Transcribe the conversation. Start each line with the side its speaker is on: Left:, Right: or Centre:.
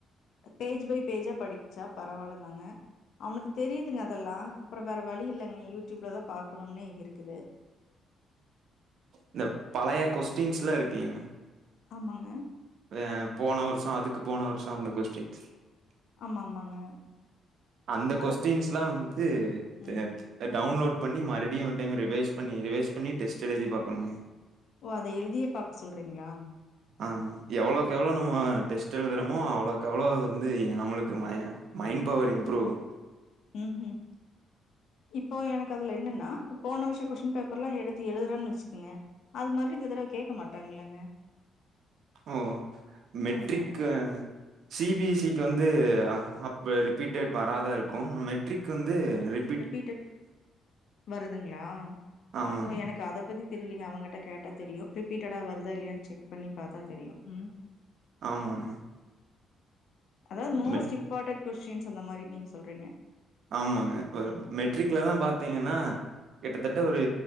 Left: பேஜ் பை பேஜா படிச்சா பரவால்ல தாங்க அவனுக்கு தெரியுதுங்க அதெல்லா அப்பறொ வேற வழி இல்லங்க யூ ட்யூப்ல தா பாக்கனுன்னே இருக்குது
Right: இந்த பழைய கொஸ்டின்ஸ்லா இருக்குல்லீங்க
Left: ஆமாங்க
Right: அ போன வருஷொ அதுக்கு போன வருஷொ அந்த கொஷ்டின்ஸ்
Left: ஆமா ஆமாங்க
Right: அந்த
Left: அத
Right: கொஸ்டின்ஸ்லா வந்து தேத்
Left: ம்
Right: ட டவுன்லோட் பண்ணி மறுடியு ஒரு டைம் ரிவைஸ் பண்ணி ரிவைஸ் பண்ணி டெஸ்ட் எழுதி பாக்கனுங்க
Left: ஓ அத எழுதியே பாக்க சொல்றீங்ளா
Right: ஆ எவ்வளோக்கு எவ்ளோ நம்மோ டெஸ்ட் எழுதுறோமோ அவ்ளோக்கு அவ்ளோ அது வந்து நம்ளுக்கு மய மைண்ட் பவர் இம்ப்ரூவ்வு
Left: ம்ஹும் இப்போ எனக்கு அதுல என்னன்னா இப்ப போன வருஷொ கொஸ்டின் பேப்பர்ல்லா எடுத்து எழுதுறேன்னு வச்சுக்குங்க அது மறுடி இந்த தடவ கேக்க மாட்டாங்கல்லங்க
Right: ஓ மெட்ரிக்கு
Left: அப்டியா
Right: சி பி எஸ்சி க்கு வந்து அப் ரிப்பீட்டட் வராதா இருக்கூ மெட்ரிக் வந்து ரிப்
Left: ரிப்பீட்டட் வருதுங்ளா
Right: ஆமாங்க,
Left: அப்போ எனக்கு அத பத்தி தெரிலிங்க அவங்கட்ட கேட்டா தெரியு ரிப்பீட்டடா வருதா இல்லையான் செக் பண்ணி பாத்தா தெரியு ம்
Right: ஆமாங்க
Left: அதாவ்து மோஸ்ட்
Right: மெ
Left: இம்பாட்டன்ட் கொஸ்டின்ஸ் அந்த மாரி நீங்க சொல்றீங்க
Right: ஆமாங்க வேற் மெட்ரிக்லெல்லா பாத்தீங்கன்னா கிட்டத்தட்ட ஒரு